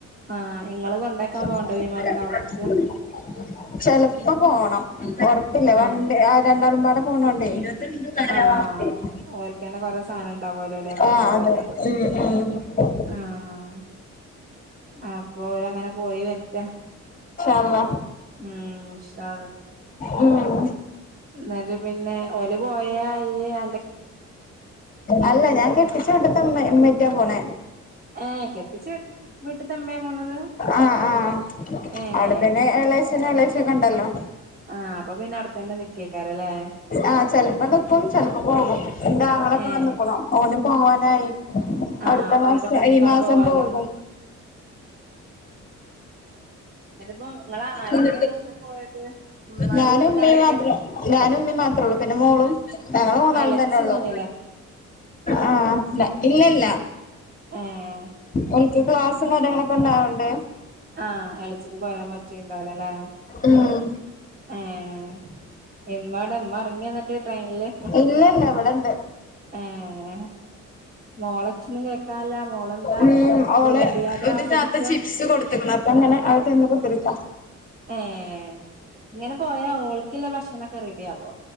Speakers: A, on the right; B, on the left.
A: ആഹ് ഇങ്ങള് കൊണ്ടാക്കാൻ
B: <unintelligible>
A: പോവ്ണ്ടോ വിമാനത്താവളത്ത്ക്ക്
B: ചെലപ്പോ പോണം. ഉറപ്പില്ല വണ്ടി
A: ഏഹ്
B: രണ്ടാളുംമ്പാടെ പോണോണ്ടേ <unintelligible>
A: ആഹ് ഓൽക്കന്നെ കൊറെ സാനം ഇണ്ടാവലെല്ലേ കൊണ്ടാവാന്.
B: ആഹ് അതെ ഉം ഉം
A: ആഹ് ആഹ് അപ്പോ ഒരങ്ങനെ പോയി വരട്ടെ
B: അല്ലാ
A: ഉം ഇൻഷാ
B: ഉം
A: എന്നല് പിന്നെ ഓല് പോയായി. അ
B: അല്ല ഞാൻ കെട്ടിച്ച വീട്ടത്തെ മ്മ മ്മറ്റാ പോണേ
A: ഏഹ് കെട്ടിച്ചു വിട്ടിത്തെമ്മേ പോണത്.
B: ആഹ് ആഹ്
A: ഏഹ്
B: അവിടെ തന്നെ എലാച്ചനും എളേച്ചി കൊണ്ടല്ലോ
A: ആഹ് അപ്പൊ പിന്നെ അവിടെത്തന്നെ നിക്കേക്കാരല്ലേ
B: ആഹ് ചെല്പം നിക്കും ചെ പോകും ന്റെ ആങ്ങളോക്കെ
A: ഏഹ്
B: വന്ന്ക്ക്ണു ഓനും പോവാനായി.
A: ആഹ്
B: അടുത്ത
A: അപ്പൊ
B: മാസം
A: ഓന്റൊപ്പം നിക്കാൻ
B: ഈ മാസം
A: പോവാലോ
B: പോകും.
A: എന്റെപ്പ ങ്ങള് ആരൊക്കെയാണ്
B: ഉം
A: അപ്പൊ പോയത്. മ്മാന്റെ
B: ഞാനും
A: വീട്ടക്ക്
B: ഉമ്മയും
A: ആരൊക്കെയ
B: മാത്രേ
A: പോ
B: ഞാനും ഉമ്മയും മാത്രേള്ളൂ പിന്നെ മോളും. ഞങ്ങള് മൂന്നാളും
A: എളച്ചി
B: തന്നെയുള്ളു.
A: പോന്നില്ലേ
B: ആഹ് ൻസിലായി ഇല്ലല്ല
A: ഏഹ്
B: ഓൽക്ക് ക്ലാസും കാര്യങ്ങളൊക്കെ ഉണ്ടായോണ്ടെ.
A: ആഹ് എളച്ചിക്ക് പോരാൻ പറ്റിണ്ടാവില അല്ലേ
B: ഉം
A: ഏഹ് ഇമ്മടെ മ്മ ഉറങ്ങി ന്നിട്ട് ട്രെയിനില്.
B: ഇല്ല ഇല്ല ഇവിടെണ്ട്
A: ഏഹ് മോളച്ചനും കേക്കാല്ല മോളെന്താ
B: ഉം ഓള്
A: തീ വണ്ടി യാത്ര
B: ഒരു
A: ആസ്വദിക്ക
B: താത്ത ചിപ്സ് കൊടുത്ത്ക്ക്ണ് അങ്ങനെ അ ചന്ന് കൊത്തിടുക്ക
A: ഏഹ് ഇങ്ങനെ പോയാ ഓൾക്കില്ലേ ഭക്ഷണക്കെ റെഡിയാവോ